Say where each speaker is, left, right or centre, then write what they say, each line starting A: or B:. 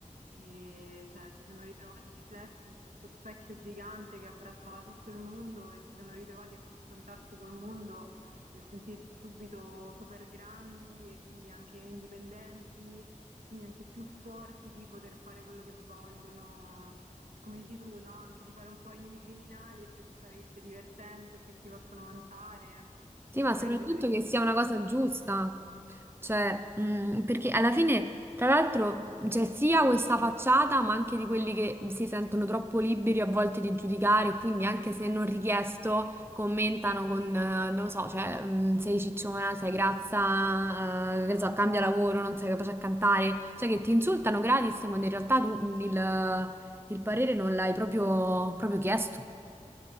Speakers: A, on the right (about 75°); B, on the right (about 15°).
A: e cioè, si sono ritrovati riflessi in questo specchio gigante che abbracciava tutto il mondo e si sono ritrovati a confrontarsi col mondo eh, sentirsi subito super grandi e quindi anche indipendenti e quindi anche più forti di poter fare quello che vogliono, come dici tu, no? Anche di fare un po' i mini criminali e pensare che sia divertente o che si possono vantare,
B: Sì,
A: che
B: ma
A: magari
B: soprattutto
A: vedono in
B: che sia
A: giro.
B: una cosa giusta, cioè, mm, perché alla fine, tra l'altro, c'è sia questa facciata, ma anche di quelli che si sentono troppo liberi a volte di giudicare, e quindi anche se non richiesto, commentano con, eh, non lo so, cioè, mm, sei cicciona, sei grazza, eh, che ne so, cambia lavoro, non sei capace a cantare, cioè che ti insultano gratis quando in realtà tu mm, il, il parere non l'hai proprio proprio chiesto.